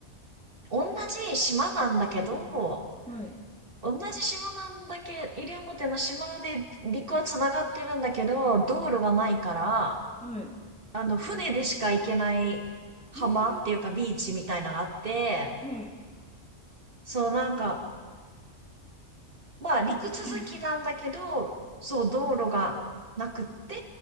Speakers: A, on the right; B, in the centre.
A: 同じ島なんだけど、
B: はい、
A: 同じ島なんだけ、西表の島で陸は繋がってるんだけど、道路がないから、
B: はい、
A: あの、船でしか行けない浜っていうかビーチみたいなのがあって、
B: えー、はい、
A: そうなんか、まあ、陸続きなんだけど、
B: <coughs>
A: そう、道路がなくって、